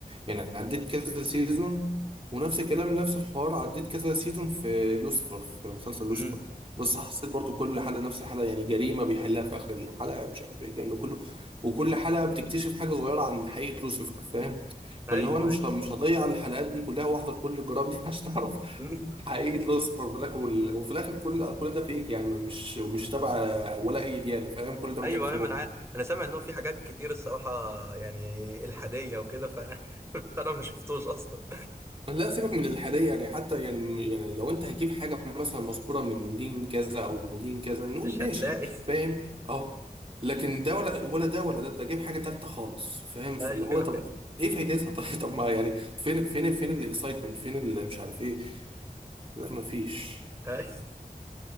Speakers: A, on the right; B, on the right.
A: يعني عديت كذا سيزون ونفس الكلام نفس الحوار عديت كذا سيزون في لوسيفر في مسلسل لوسيفر
B: امم
A: بس حسيت برضو كل حلقة نفس الحلقة يعني جريمة بيحلها في آخر الحلقة مش عارف ايه الكلام ده كله وكل حلقة بتكتشف حاجة صغيرة عن حقيقة لوسيفر فاهم
B: ايوه
A: فاللي هو انا مش
B: ايوه
A: مش هضيع الحلقات دي كلها واحضر كل الجرائم دي <laughs> عشان اعرف
B: مم. <laughs>
A: حقيقة لوسيفر في الاخر وال- وفي الاخر كل كل ده فيك يعني مش مش تبع ولا اي ديانة فاهم كل ده متألفش
B: ايوه ايوه
A: مخرج
B: ما انا عارف انا سامع ان هو في حاجات كتير الصراحه يعني الحاديه وكده ف... <laughs> فانا ما شفتوش اصلا
A: لا سيبك من الحادية يعني حتى يعني يعني لو انت هتجيب حاجة مثلا مذكورة من دين كذا او دين كذا نقول
B: مش
A: ماشي
B: هتلاقي
A: فاهم اه لكن ده ولا ولا ده ولا ده ده جايب حاجة تالتة خالص فاهم فاللي
B: <laughs> ايوه
A: هو طب ايه فايدتها <laughs> طب طب ما يعني فين فين فين الاكسايتمنت فين اللي مش عارف ايه لا مفيش
B: ايوه